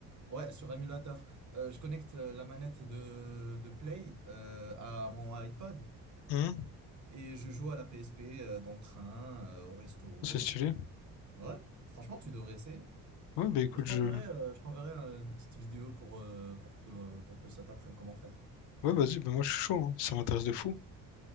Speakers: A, on the right (about 40°); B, on the left (about 70°).
A: Ouais, sur émulateur. Euh, je connecte euh, la manette de, de Play euh, à mon iPad.
B: Hmm,
A: Et je joue à la PSP euh, dans le train, euh, au resto.
B: c'est stylé.
A: euh. Ouais, franchement, tu devrais essayer.
B: Ouais, bah écoute,
A: Je t'enverrai,
B: je.
A: euh, je t'enverrai euh, une petite vidéo pour, euh, pour que, pour que ça t'apprenne comment faire.
B: Ouais, vas-y, bah moi je suis chaud, hein. Ça m'intéresse de fou.